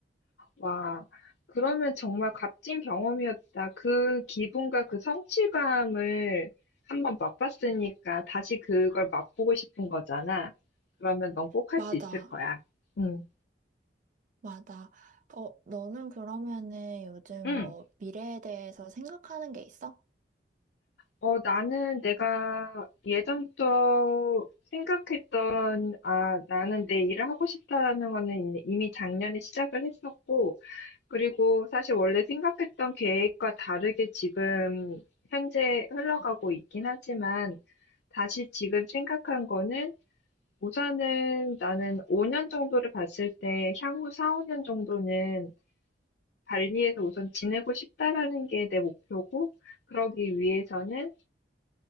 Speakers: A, on the left; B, on the right.
A: 와, 그러면 정말 값진 경험이었다. 그 기분과 그 성취감을 한번 맛봤으니까 다시 그걸 맛보고 싶은 거잖아. 그러면 넌 꼭
B: 맞아,
A: 할 수 있을 거야. 응,
B: 맞아. 어, 너는 그러면은 요즘
A: 응.
B: 뭐 미래에 대해서 생각하는 게 있어?
A: 어, 나는 내가 예전부터 생각했던, 아, 나는 내 일을 하고 싶다라는 거는 이- 이미 작년에 시작을 했었고, 그리고 사실 원래 생각했던 계획과 다르게 지금 현재 흘러가고 있긴 하지만, 다시 지금 생각한 거는 우선은 나는 5년 정도를 봤을 때 향후 4, 5년 정도는 발리에서 우선 지내고 싶다라는 게 내 목표고, 그러기 위해서는